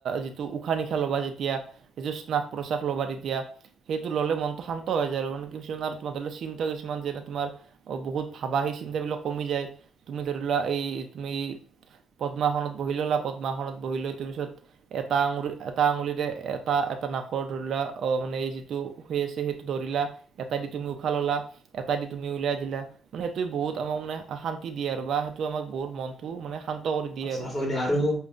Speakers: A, on the right; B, on the left.
A: যিটো উশাহ নিশাহ ল'বা যেতিয়া যিটো শ্নাক প্ৰশ্বাস ল'বা তেতিয়া সেইটো ল'লে মন শান্ত হৈ যায় আৰু মানে কিছুমান আৰু তোমাৰ ধৰি লোৱা চিন্তা কিছুমান যেনে তোমাৰ অ' বহুত ভাবা সেই চিন্তাবিলাক কমি যায়। তুমি ধৰি লোৱা এই তুমি পদ্মাসনত বহি ললা পদ্মাখনত বহি লৈ তোমাৰ পিছত এটা আঙুলি এটা আঙুলিৰে এটা এটা নাকৰ ধৰি লোৱা অ মানে এই যিটো সে সেইটো ধৰিলা এটা দি তুমি উশাহ ললা এটা দি তুমি উলিয়াই দিলা মানে সেইটোৱে বহুত আমাক মানে শান্তি দিয়ে আৰু বা সেইটো আমাক বহুত মনতটো মানে শান্ত কৰি দিয়ে
B: সঁচাকৈ
A: আৰু
B: দিয়া আৰু